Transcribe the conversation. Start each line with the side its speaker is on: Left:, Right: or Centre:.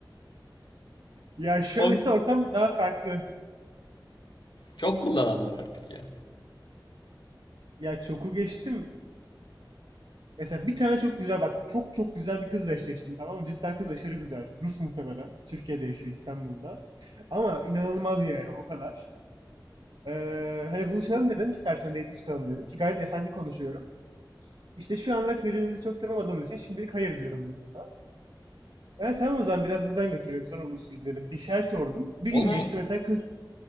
Right: Ya şu
Left: O
Right: an işte ortam daha farklı.
Left: çok kullanan var artık ya.
Right: Ya çoku geçtim. Mesela bir tane çok güzel bak çok çok güzel bir kızla eşleştim tamam mı? Cidden kız aşırı güzel. Rus muhtemelen. Türkiye'de yaşıyor İstanbul'da. Ama inanılmaz yani o kadar. Ee, hani buluşalım dedim istersen date çıkalım dedim ki gayet efendi konuşuyorum. İşte şu anlık birbirimizi çok tanımadığımız için şimdilik hayır diyorum dedi ona. Ha, tamam o zaman biraz buradan götürelim sonra buluşuruz dedim. Bir şeyler sordum. Bir
Left: Oğlum
Right: gün
Left: ama
Right: geçti mesela kız.